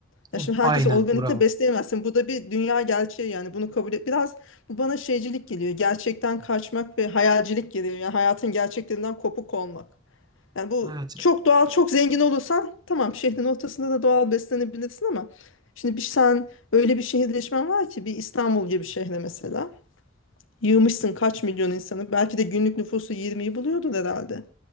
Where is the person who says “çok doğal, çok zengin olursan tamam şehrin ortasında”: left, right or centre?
Left